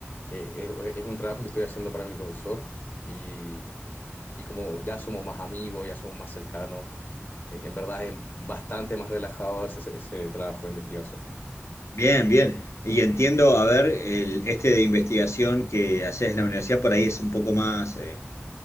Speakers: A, on the left (about 45°); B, on the left (about 80°).
A: eh, es, es un trabajo que estoy haciendo para mi profesor y, y como ya somos más amigos, ya somos más cercanos, eh, en verdad es bastante más relajado ese, ese trabajo de investigación.
B: Bien, bien. Y entiendo, a ver, el, este de investigación que haces en la universidad por ahí es un poco más, eh,